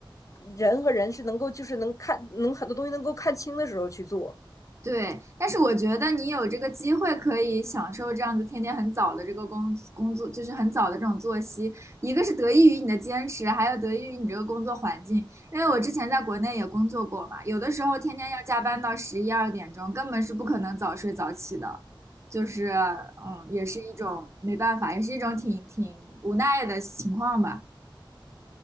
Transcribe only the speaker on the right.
对，但是我觉得你有这个机会可以享受这样子天天很早的这个工工作，就是很早的这种作息，一个是得益于你的坚持，还有得益于你这个工作环境。因为我之前在国内也工作过嘛，有的时候天天要加班到十一二点钟，根本是不可能早睡早起的，就是嗯，也是一种没办法，也是一种挺挺无奈的情况吧。